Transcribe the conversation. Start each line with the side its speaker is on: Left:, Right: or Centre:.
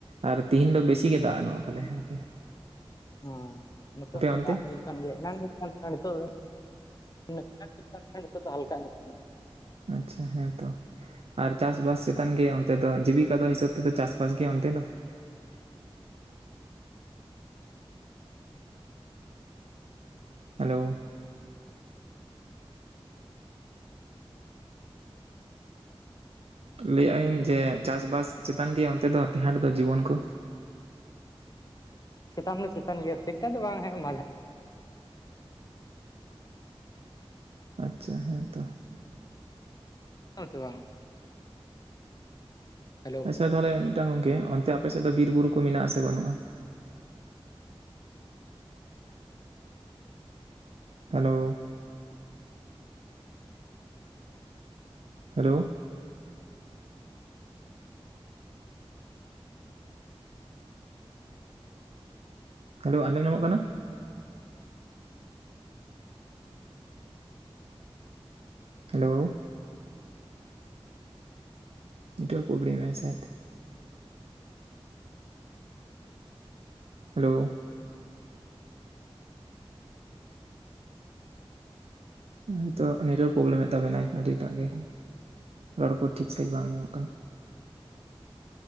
Right: ᱟᱨ ᱛᱤᱦᱤᱧ ᱫᱚ ᱵᱮᱥᱤ ᱜᱮ ᱫᱟᱜ ᱧᱚᱜ ᱠᱟᱫᱟᱭ ᱟᱨᱠᱤ ᱾
Left: ᱚ ᱱᱚᱛᱮ ᱦᱚᱸ
Right: ᱚᱱᱛᱮ
Left: ᱫᱟᱜ ᱱᱩᱨᱩᱜ ᱦᱩᱭᱩᱜ ᱠᱟᱱ ᱜᱮᱭᱟ ᱚᱱᱟ ᱧᱩᱨ ᱠᱟᱱ ᱛᱟᱦᱮ ᱱᱟ ᱱᱤᱛᱚᱜ ᱫᱚ <unintelligible> ᱛᱟᱦᱮ ᱱᱟ ᱱᱤᱛᱚᱜ ᱫᱚ ᱦᱟᱞᱠᱟ ᱧᱩᱨᱩᱜ ᱠᱟᱱᱟ᱾
Right: ᱟᱪᱪᱷᱟ ᱦᱮᱸ ᱛᱚ᱾ ᱟᱨ ᱪᱟᱥ ᱵᱟᱥ ᱪᱮᱛᱟᱱ ᱜᱮᱭᱟ ᱚᱱᱛᱮ ᱫᱚ <unintelligible> ᱦᱤᱥᱟᱹᱵ ᱛᱮ ᱠᱚ ᱪᱟᱥ ᱵᱟᱥ ᱜᱮᱭᱟ ᱚᱱᱛᱮ ᱫᱚ᱾ ᱦᱮᱞᱳ, ᱞᱟᱹᱭ ᱟᱜ ᱟᱹᱧ ᱡᱮ ᱪᱟᱥ ᱵᱟᱥ ᱪᱮᱛᱟᱱ ᱜᱮ ᱚᱱᱛᱮ ᱫᱚ ᱴᱮᱦᱟᱴ ᱫᱚ ᱡᱤᱵᱚᱱ ᱠᱚ?
Left: ᱪᱮᱛᱟᱱ ᱫᱚ ᱪᱮᱛᱟᱱ ᱜᱮᱭᱟ <unintelligible> ᱫᱚ ᱵᱟᱝ᱾ <unintelligible>
Right: ᱟᱪᱪᱷᱟ ᱦᱮᱸ ᱛᱚ᱾
Left: <unintelligible> ᱦᱮᱞᱳ
Right: ᱟᱪᱪᱷᱟ ᱛᱟᱦᱞᱮ ᱢᱤᱫ ᱴᱟᱝ ᱜᱚᱝᱠᱮ ᱚᱱᱛᱮ ᱟᱯᱮ ᱥᱮᱫ ᱫᱚ ᱵᱤᱨ ᱵᱩᱨᱩ ᱠᱚ ᱢᱮᱱᱟᱜ ᱟᱥᱮ ᱵᱟᱹᱱᱩᱜᱼᱟ?
Left: ᱦᱮᱸ ᱢᱮᱱᱟᱜ ᱜᱮᱭᱟ ᱱᱚᱜᱚᱭ ᱟᱞᱮ ᱥᱟᱢᱱᱮ ᱨᱮ ᱜᱮ ᱢᱮᱱᱟᱜᱼᱟ ᱟᱞᱮ ᱢᱟᱱᱮ
Right: ᱦᱮᱞᱳ
Left: ᱟᱞᱮ, <unintelligible>
Right: ᱦᱮᱞᱳ, ᱦᱮᱞᱳ ᱟᱸᱡᱚᱢ
Left: ᱠᱤᱞᱳᱢᱤᱴᱟᱨ
Right: ᱧᱟᱢᱚᱜ ᱠᱟᱱᱟ?
Left: ᱞᱟᱜᱟᱜᱼᱟ᱾
Right: ᱦᱮᱞᱳ, ᱱᱮᱴᱣᱟᱨᱠ ᱯᱨᱚᱠᱞᱮᱢ ᱮᱜ ᱟᱭ᱾ ᱦᱮᱞᱳ, ᱦᱳᱭ ᱛᱚ ᱱᱮᱴᱣᱟᱨᱠ ᱯᱨᱚᱵᱞᱮᱢᱮᱫ ᱛᱟᱵᱮ ᱱᱟᱭ ᱟᱹᱰᱤ ᱮᱴᱟᱜ ᱜᱮ᱾
Left: ᱦᱮᱞᱳ,
Right: ᱨᱚᱲ ᱠᱚ ᱴᱷᱤᱠ ᱥᱟᱺᱦᱤᱡ ᱵᱟᱝ ᱟᱡᱚ ᱢᱚᱜ ᱠᱟᱱᱟ᱾